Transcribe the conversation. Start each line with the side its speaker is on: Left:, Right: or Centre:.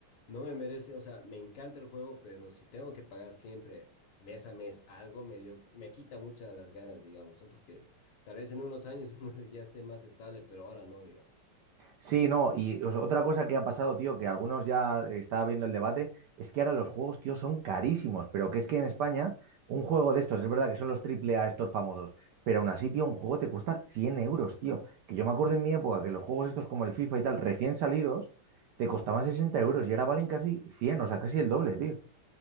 Left: no me merece, o sea, me encanta el juego, pero si tengo que pagar siempre mes a mes algo, medio, me quita muchas las ganas, digamos, ¿no? Porque tal vez en unos años <laughs> ya esté más estable, pero ahora no, digamos.
Right: Sí, no, y os- otra cosa que ha pasado, tío, que algunos ya estaba viendo el debate, es que ahora los juegos, tío, son carísimos, pero que es que en España un juego de estos, es verdad que son los triple A estos famosos, pero aún así, tío, un juego te cuesta 100 euros, tío. Que yo me acuerdo en mi época que los juegos estos como el FIFA y tal, recién salidos, te costaban 60 euros y ahora valen casi 100, o sea, casi el doble, tío.